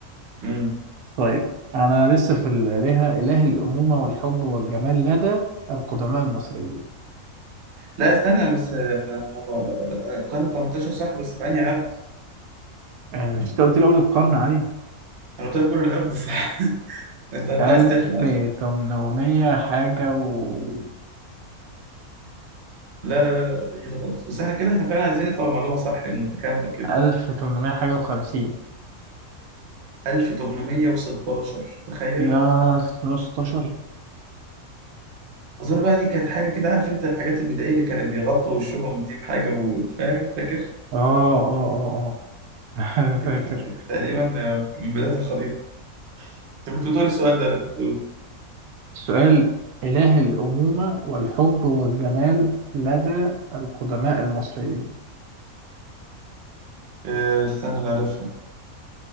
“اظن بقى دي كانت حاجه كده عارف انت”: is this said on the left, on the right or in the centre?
Right